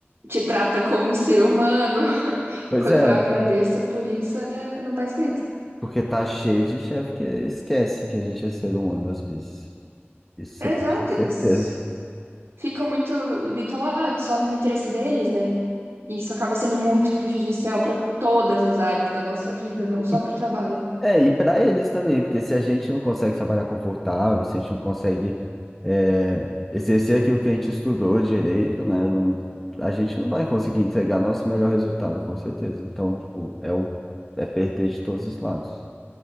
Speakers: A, on the right; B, in the centre.
A: te trata como ser humano. <laughs>
B: Pois
A: O quanto
B: é,
A: eu agradeço por isso é- não tá escrito.
B: porque tá cheio de chefe que esquece que a gente é ser humano às vezes. Isso você
A: É
B: pode
A: Exato,
B: ter certeza.
A: eles ficam muito bitolados só no interesse deles, né? E isso acaba sendo muito <laughs> prejudicial para todas as áreas da nossa vida, não só
B: E-
A: para o trabalho.
B: É, e para eles também, porque se a gente não consegue trabalhar confortável, se a gente não consegue é, exercer aquilo que a gente estudou direito, né? Não, a gente não vai conseguir entregar nosso melhor resultado, com certeza. Então, tipo, é, o, é perder de todos os lados.